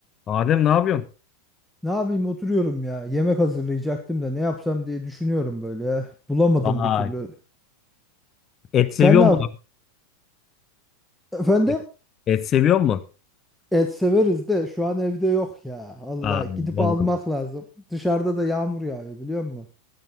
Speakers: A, on the left; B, in the centre.
A: Adem ne yapıyorsun?
B: Ne yapayım oturuyorum ya. Yemek hazırlayacaktım da ne yapsam diye düşünüyorum böyle ya. Bulamadım
A: Vay.
B: bir türlü.
A: Et
B: Sen
A: seviyor
B: ne yap?
A: mu
B: Efendim?
A: abi? Et seviyor mu?
B: Et severiz de şu an evde yok ya. Allah
A: Aa,
B: gidip
A: olmadı.
B: almak lazım. Dışarıda da yağmur yağıyor biliyor musun?